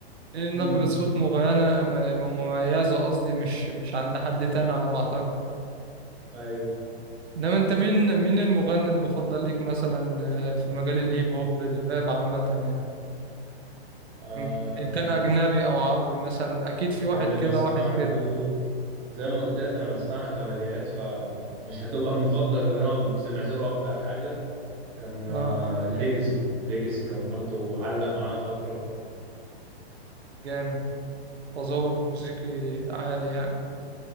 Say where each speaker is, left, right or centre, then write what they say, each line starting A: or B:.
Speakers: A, on the right; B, on the right.
A: ليه نبرة
B: امم
A: صوت مغيرة م- مميزة قصدي مش مش عند حد تاني على ما أعتقد
B: أيوه
A: إنما أنت مين مين المغني المفضل ليك مثلا آه، في مجال الهيب هوب الراب عامة يعني
B: آه
A: إن إن كان أجنبي أو عربي مثلا أكيد في واحد
B: اللي
A: كده
B: بسمع
A: واحد كده
B: له زي ما قلت لك أنا بسمعها كماليات فمش هتبقى المفضل اللي أنا سمعت له أكتر حاجة كان
A: أه
B: آه ليجاسي ليجاسي كان برضو علق معاه فترة
A: جامد تذوق موسيقي عالي يعني